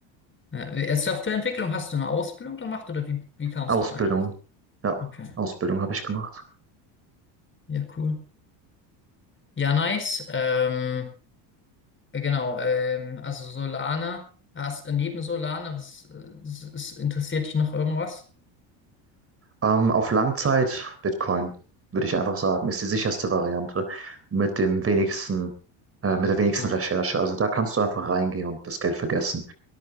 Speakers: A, on the left; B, on the right.
A: äh, äh, Softwareentwicklung hast du eine Ausbildung gemacht oder wie, wie kam
B: Ausbildung.
A: es da rein?
B: Ja,
A: Okay,
B: Ausbildung habe ich gemacht.
A: ja, cool. Ja, nice. Ähm, Äh, Genau, ähm, also Solana, hast, äh, neben Solana, was, äh, s- s- interessiert dich noch irgendwas?
B: Ähm, auf Langzeit Bitcoin, würde ich einfach sagen, ist die sicherste Variante mit dem wenigsten, äh, mit der wenigsten
A: Hm.
B: Recherche. Also da kannst du einfach reingehen und das Geld vergessen.